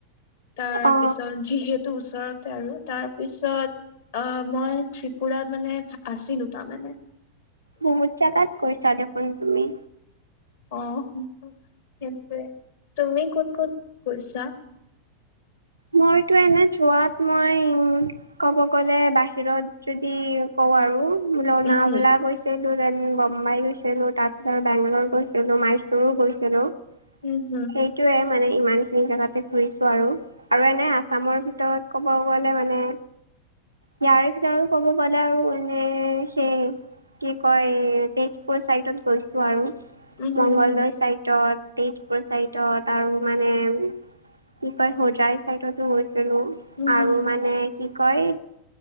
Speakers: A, on the left; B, on the right.
A: তাৰ
B: অ
A: পিছত যিহেতু ওচৰতে আৰু তাৰ পিছত অ', মই ত্ৰিপুৰা মানে আছিলোঁ তাৰমানানে।
B: বহুত জাগাত গৈ চাগে ফুৰি তুমি।
A: অ', সেটোৱে তুমি ক'ত ক'ত গৈছা?
B: মইতো এনে যোৱাত মই ক'ব গ'লে বাহিৰত যদি কওঁ আৰু লনা
A: উম হুম
B: বলা গৈছিলোঁ দেন বম্বাই গৈছিলোঁ তাৰপিছত বেংগালৰ গৈছিল ছিলো, মাইচোৰো গৈছিলোঁ,
A: উম উম হুম
B: সেইটোৱে মানে ইমানখিনি জেগাতে ঘুৰিছোঁ আৰু। আৰু এনেই আছামৰ ভিতৰত ক'ব গ'লে মানে ইয়াৰে ভিতৰ ক'ব গলে আৰু মানে সেই কি কয় তেজপুৰ চাইডত গৈছোঁ আৰু
A: হুম উম হুম
B: মংগলদৈ
A: হুম
B: চাইডত তেজপুৰ চাইডত আৰু মানে কি কয় হোজাই চাইডতো গৈছিলোঁ।
A: উম
B: আৰু
A: হুম হুম
B: মানে কি কয়